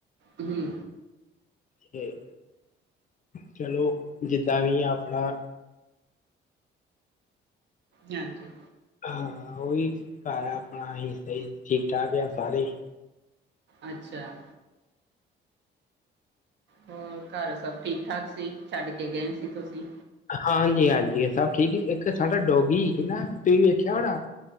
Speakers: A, on the right; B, on the left.
A: ਹਮ।
B: ਤੇ ਚਲੋ ਜਿੱਦਾਂ ਵੀ ਆਪਣਾ।
A: ਹਾਂਜੀ।
B: ਹਾਂ ਉਹੀ ਘਰ ਆ ਆਪਣਾ ਅਸੀ ਸਹੀ ਠੀਕ ਠਾਕ ਆ ਸਾਰੇ ਹੀ।
A: ਅੱਛਾ। ਹੋਰ ਘਰ ਸਭ ਠੀਕ ਠਾਕ ਸੀ ਛੱਡ ਕੇ ਗਏ ਸੀ ਤੁਸੀਂ।
B: ਹਾਂਜੀ ਹਾਂਜੀ ਇਹ ਸਭ ਠੀਕ ਇੱਕ ਸਾਡਾ ਡੋਗੀ ਸੀ ਨਾ ਤੁਸੀਂ ਵੇਖਿਆ। ਹੋਣਾ